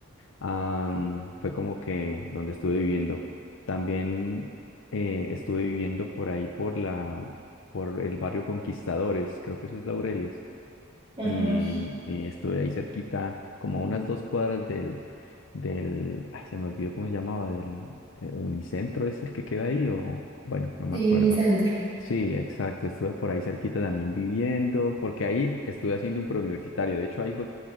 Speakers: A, on the left; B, on the right.
A: Am, fue como que donde estuve viviendo. También eh, estuve viviendo por ahí por la, por el barrio Conquistadores, creo que eso es Laureles.
B: Ajá,
A: Y, y estuve ahí cerquita, como a unas dos cuadras del, del, ah, se me olvidó cómo se llamaba, del eh, Unicentro, es el que queda ahí, o bueno, no me
B: sí,
A: acuerdo.
B: mi centro.
A: Sí, exacto, estuve por ahí cerquita también viviendo, porque ahí estuve haciendo un preuniversitario, de hecho ahí fue